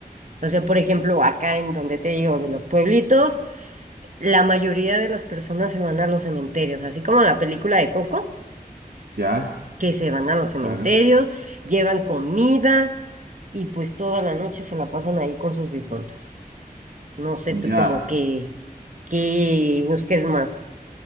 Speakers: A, on the right (about 55°); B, on the right (about 80°).
A: O sea, por ejemplo, acá en donde te digo, de los pueblitos, la mayoría de las personas se van a los cementerios, así como en la película de Coco,
B: ya,
A: que se van a los cementerios,
B: claro,
A: llevan comida y pues toda la noche se la pasan ahí con sus difuntos. No sé tú
B: ya.
A: como que, que busques más.